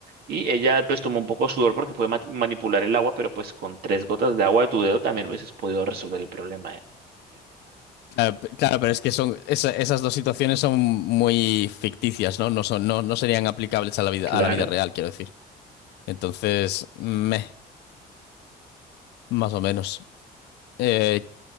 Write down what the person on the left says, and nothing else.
Claro, p- claro, pero es que son esa- esas dos situaciones son muy ficticias, ¿no? No son, no, no serían aplicables a la vida,
a la vida real, quiero decir. Entonces, meh, más o menos. Eh,